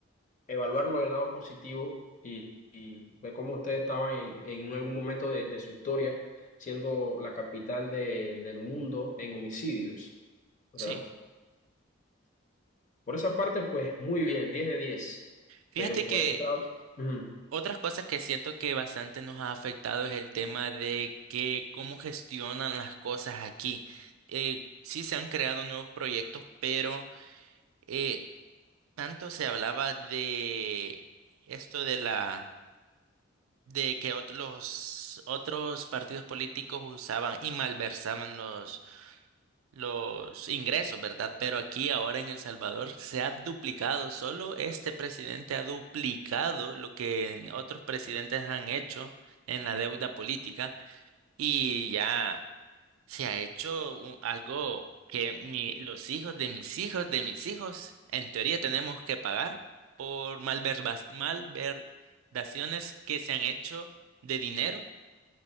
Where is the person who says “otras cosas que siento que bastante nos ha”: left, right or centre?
Right